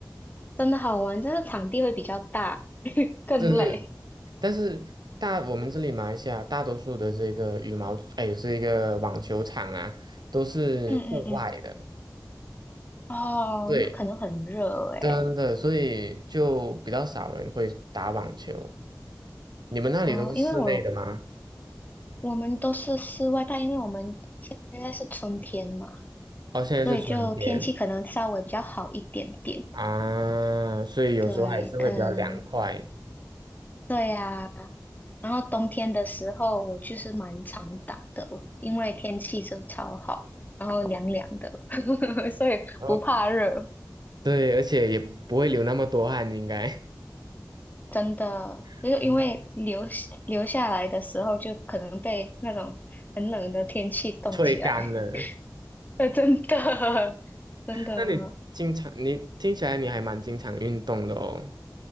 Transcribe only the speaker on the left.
真的好玩，这个场地会比较大，<laughs> 更累。
嗯嗯嗯。哦，
那可能很热诶。
哦，因为我我们都是室外，但因为我们现在是春天嘛，
所以就天气可能稍微比较好一点点。
对，可能对啊。然后冬天的时候，我就是蛮常打的，因为天气就超好，然后凉凉的，<laughs> 所以不怕热。
真的，
就是因为留留下来的时候，
就可能被那种很冷的天气冻起来。
呃，真的，真的，